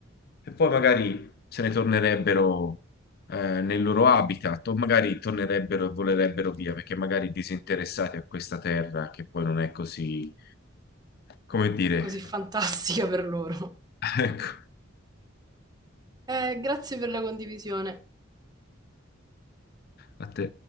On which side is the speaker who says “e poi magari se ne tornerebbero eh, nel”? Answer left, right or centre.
Left